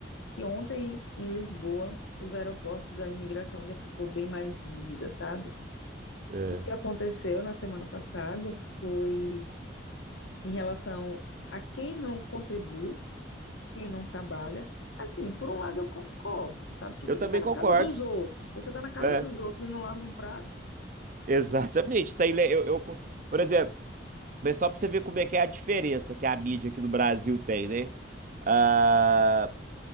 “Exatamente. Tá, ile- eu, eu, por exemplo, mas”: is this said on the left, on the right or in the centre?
Right